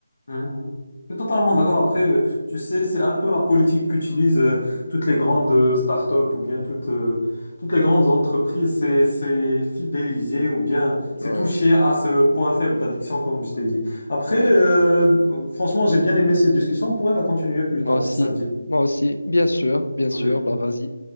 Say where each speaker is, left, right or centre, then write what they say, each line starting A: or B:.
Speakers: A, on the left (about 55°); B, on the left (about 85°).
A: mhm. Je suis totalement d'accord. Après, euh, tu sais, c'est un peu la politique qu'utilisent euh, toutes les grandes euh, startups ou bien toutes, euh, toutes les grandes entreprises. C'est, c'est fidéliser ou bien c'est
B: Ouais.
A: toucher à ce point faible d'addiction, comme je t'ai dit. Après,
B: Ouais,
A: euh, franchement, j'ai bien aimé ces discussions. On pourrait la continuer plus tard,
B: moi aussi,
A: si ça te dit.
B: moi aussi, bien sûr, bien
A: Vas-y.
B: sûr, bah vas-y.